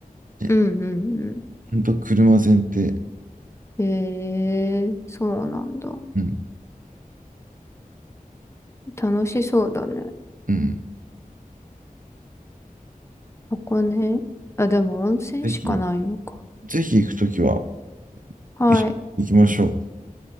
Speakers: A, on the right; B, on the left.
A: ね、
B: うんうんう
A: ほんと車前提。
B: ん。ええー、そうなんだ。
A: うん、
B: 楽しそうだね。
A: うん。
B: ここね。あ、でも温泉しかないのか。
A: ぜひ、ぜひ行くときは、
B: はい。
A: 一緒に行きましょ